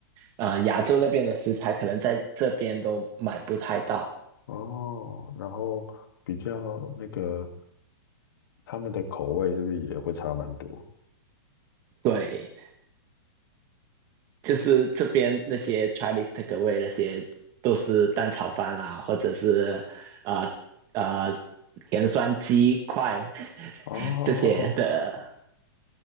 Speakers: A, on the right (about 30°); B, on the left (about 65°).
A: 啊、亚洲那边的食材可能在这边都买不太到，
B: 哦，然后比较那个他们的口味是不是也会差蛮多？
A: 对，就是这边那些 Chinese takeaway 那些都是蛋炒饭啊，或者是啊啊、呃呃甜酸鸡块 <laughs>
B: 哦，
A: 这些的
B: 好好，